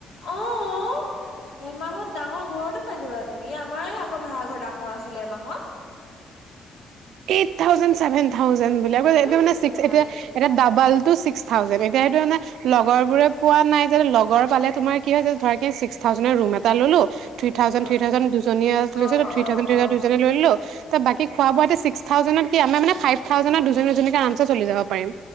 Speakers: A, on the left; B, on the right.
A: অ' এমাহত ডাঙৰ ঘৰতে পাই যাবা আৰু তুমি আমাৰ এই আগৰ ভাড়া ঘৰ ডাঙৰ আছিলে এমাহত
B: এইট থাউজে ছেভেন থাউজে বুলি
A: ধেত
B: এইটো মেক্স
A: নালাগে
B: এতিয়া
A: দেই
B: এটা ডাবল টো চিক থােউজে এতিয়া সেইটো লগৰ বোৰে পোৱা নাই যে লগৰ পালে তোমাৰ কি হয় ধ্স থাউজে ৰুম এটা ললো থ্ৰ থাউজেন
A: অ
B: থ্ৰ থাউজেন দুজনীয়ে লৈছো
A: অ অ
B: থাউজেন থ্ৰ
A: অ
B: দুজনী লৈ লো। ত বাকী খোৱা বোৱা এয়া ছিকস থাউেনত কি আমাৰ মান ফাইভ থাউেনত দুজন দুজনীক আৰামচে চলি যাব। পাৰিম।